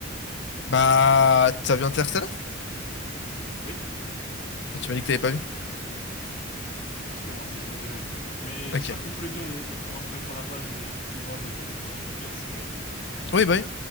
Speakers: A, on the left; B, on the left.
A: Bah, t'as vu Interstellar?
B: Oui,
A: Tu m'as dit que t'avais pas vu.
B: je t'ai menti, je n'ai jamais vu. Mais
A: Ok.
B: j'espère que tous les deux, on, on pourra se mettre à la page et, et voir des, ces classiques quand même.
A: Oui, bah oui.